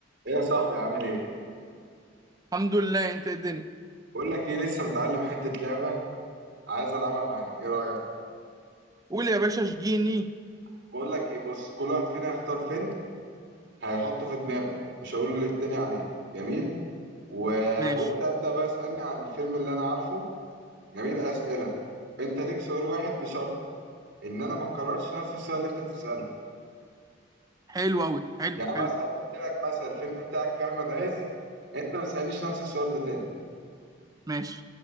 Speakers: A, on the right; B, on the right.
A: ايه يا صاحبي عامل ايه
B: الحمد لله انت ايه الدنيا
A: بقول لك ايه لسه متعلم حته لعبه عايز العبها معاك ايه رايك
B: قول يا باشا اشجيني
A: بقول لك ايه بص كل واحد فينا هيختار فيلم هيحطه في دماغه مش هقول للتاني عليه جميل و...
B: ماشي
A: وانت ابدا بقى اسالني عن الفيلم اللي انا عارفه جميل اسئله انت ليك سؤال واحد بشرط ان انا ما اكررش نفس السؤال اللي انت تساله
B: حلو قوي حلو
A: يعني
B: حلو
A: مثلا قلت لك مثلا الفيلم بتاعك فيه احمد عز انت ما تسالنيش نفس السؤال ده تاني
B: ماشي